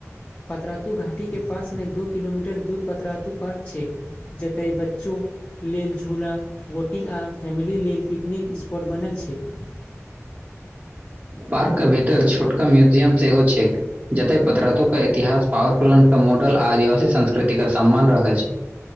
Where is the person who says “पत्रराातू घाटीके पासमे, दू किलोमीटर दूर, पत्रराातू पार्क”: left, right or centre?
Left